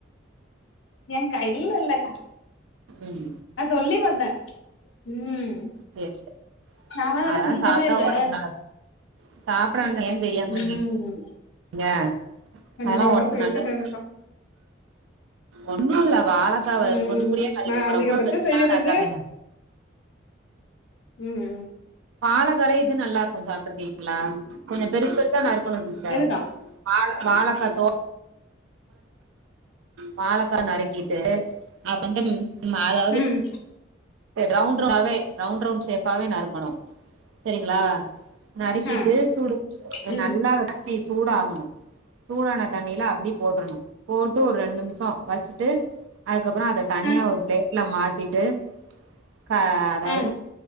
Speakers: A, on the left; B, on the right.
A: எங்க்கா இல்ல இல்லக்கா
B: ம்
A: அ சொல்லி வந்தன் ம்
B: சேர் சே
A: நாலா
B: அதெல்லா
A: செஞ்சதே
B: சாப்ட்டா
A: இல்ல
B: உடம்பு நல்லது சாப்ட்றாங்கல்ல ஏன் செய்யாம
A: ம்
B: இருக்கீ ங்க அதெல்லா
A: எனக்கு
B: உடம்புக்கு
A: செய்ய
B: நல்லது
A: தெரியாதுக்கா
B: ஒன்னும் இல்ல வாழக் காவ
A: ம்
B: பொடி பொடியா நறுக்கிகனு
A: நா அதிகபட்சோ
B: ரொம்ப பெருசா
A: செய்யறது
B: எல்லா நறுகாத்துங்க
A: ம் ம்
B: வாழகால இது நல்லா இருக்கும் சாப்ட்டுருக்கீங்களா கொஞ்சம் பெருசு பெருசா நறுக்கணும் சிஸ்டர்
A: எதுக்கா
B: வா வாழக்கத்தோ வாழக்கா நறுக்கிட்டு அப்பன்டு ம அதாவ்து
A: ம்
B: ரவுண் டாவே ரவுண்ட் ரவுண்ட் ஷேப்பாவே நறுக்கணும் செரிங்ளா நறுக்கிட்டு
A: ஆ
B: சூடு ஒரு
A: ம்
B: நல்லா வ ட்டி சூடாகணும் சூடான தண்ணியில அப்டி போட்டனு ட்டு ஒரு ரெண்டு நிமிஷொ வச்சுட்டு அதுக்கப்புறம் அத தனியா
A: ஆ
B: ஒரு பிளேட்ல மாத்திட்டு கா அதா
A: ஆ